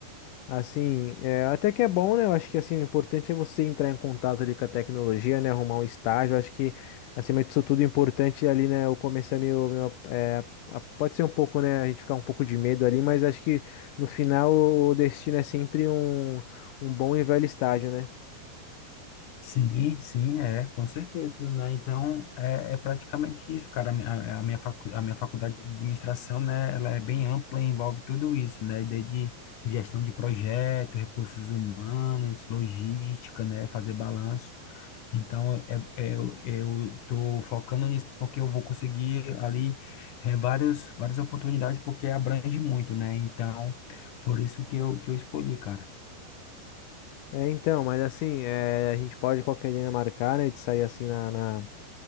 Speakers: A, on the left; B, on the left.
A: Assim, é, até que é bom, né? Eu acho que assim, o importante é você entrar em contato ali com a tecnologia, né? Arrumar um estágio. Eu acho que, acima disso tudo, o importante ali, né? Eu comecei a meio, meu é, a- pode ser um pouco, né? A gente ficar um pouco de medo ali, mas acho que no final o destino é sempre um, um bom e velho estágio, né?
B: Sim, sim, é, com certeza, né? Então, é, é praticamente isso, cara. A, mi- a- a minha facu, a minha faculdade de administração, né, ela é bem ampla e envolve tudo isso, né? Desde gestão de projeto, recursos humanos, logística, né, fazer balanço. Então, é, é- eu, eu tô focando nisso porque eu vou conseguir ali é, várias, várias oportunidades, porque abrange muito, né? Então, por isso que eu, que eu escolhi, cara.
A: É, então, mas assim, é, a gente pode qualquer dia marcar, né? De sair assim na na-